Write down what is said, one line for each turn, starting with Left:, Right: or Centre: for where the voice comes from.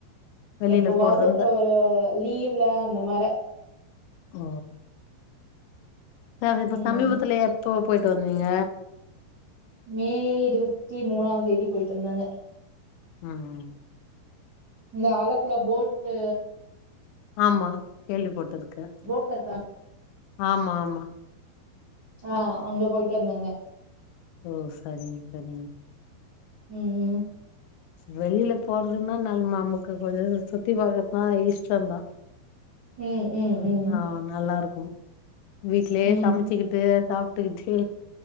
Left: வெளியில
Right: எப்பவாவது
Left: போறது இருந்தா
Right: அ லீவ்ல அந்த மார
Left: ஓ சவ் இப்ப
Right: ம்
Left: சமீபத்துல எப்ப போயிட்டு வந்தீங்க
Right: மே இருவத்தி மூணாந்தேதி போயிட்டு வந்தாங்க
Left: ம்
Right: இந்த ஆலப்புழா போட்டு
Left: ஆமா கேள்வி பட்டுருக்கே
Right: போட்ல கா
Left: ஆமாமா
Right: ஆ அங்க போயிட்டு வந்தாங்க
Left: ஓ சரிங் சரிங்க
Right: ம் ம்
Left: வெளில போறதுன்னா நம் நமக்கு கொஞ்சோ சுத்தி பாக்கறதுனா இஷ்டோந்தா
Right: ம் ம் ம்
Left: ஆ நல்லா இருக்கு வீட்லயே
Right: ம்
Left: சமைச்சுக்கிட்டு சாப்ட்டுக்கிட்டு